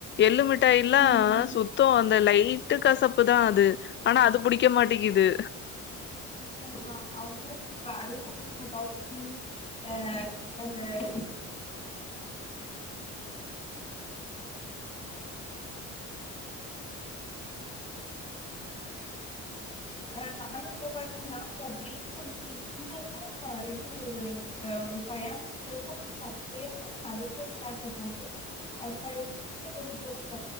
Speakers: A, on the left; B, on the left.
A: எள்ளுமிட் டைலா
B: ம்
A: சுத்தோ அந்த லைட்டு கசப்பு தா அது ஆனா அது புடிக்க மாட்டிங் கிது
B: ஆமா ஆமா அவங்க இப்ப அதே மாறி இந்த பர்பி அ அந்த <inaudible> <inaudible> <inaudible> ஆ நானு இந்த மாறி நாங்க வேக வச்சி என்னதா எப்டி ஒரு ஆ ட்ரையாங்கள் சேப்லா சப்பயா பண்ணி அதுக்கு ஒரு பேக்க போட்டு அதுல எக்ஸ்ட்ரா